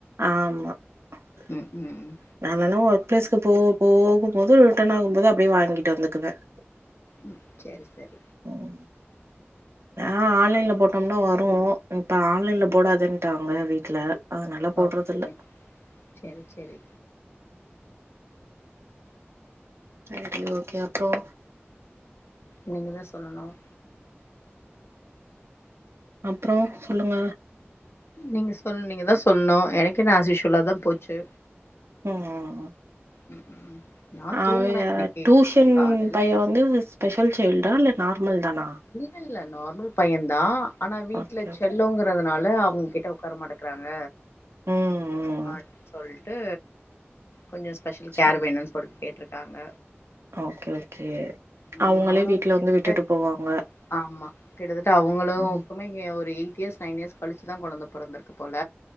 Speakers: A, on the right; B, on the left.
A: ஆஹ் <unintelligible>
B: ம் ம்
A: போ-போகும்போது ரிட்டர்ன் ஆகும் போது அப்டியே வாங்கிட்டு வந்துக்குவேன்
B: ம்ம் செரி செரி
A: ம் ஆ ஆன்லைன்ல போட்டோம்னா வரும்.. இப்ப ஆன்லைன்ல போடாதன்ட்டாங்க வீட்ல அதனால போடுறதில்ல
B: ஓக்கே ச்செரி செரி
A: சரி ஓகே அப்றம்
B: நீங்க தா சொல்லணும்
A: அப்றம் சொல்லுங்க
B: நீங்க சொல்- நீங்க தான் சொல்ணும் எனக்கென்ன அஷ்யூஸ்வலாதான் போச்சு
A: ம்ம்..
B: ம்ஹ்ம். நான் தூங்குனேன்
A: அவன்
B: இன்னைக்கு
A: டூஷன்
B: காலைல.
A: பையன் வந்து ஸ்பெ ஸ்பெஷல் சைல்டா இல்ல நார்மல் தானா?
B: இல்ல, இல்ல நார்மல் பையன் தான்.. ஆனா வீட்ல
A: ஓகே
B: செல்லோங்கறதுனால
A: ஓகே
B: அவுங் கிட்ட ஒக்கார மாட்டேங்கிறாங்க
A: ம் ம்
B: ஆட் சொல் ட்டு கொஞ்ஜோ ஸ்பெஷல்
A: சரி
B: கேர் வேணுனு சொல்ட் கேட் இருக்காங்க
A: ஓகே ஓகே
B: ம்
A: அவுங்களே
B: அவனும்
A: வீட்ல
B: கிட்டத்தட்ட
A: வந்து விட்டுட்டு போவாங்க
B: ஆமா கிட்டத்தட்ட அவுங்களுக்குமோ
A: ம்
B: இங்க ஒரு எயிட் இயர்ஸ் நைன் இயர்ஸ் கழிச்சிதா கொழந்த பொறந்துருக்கு போல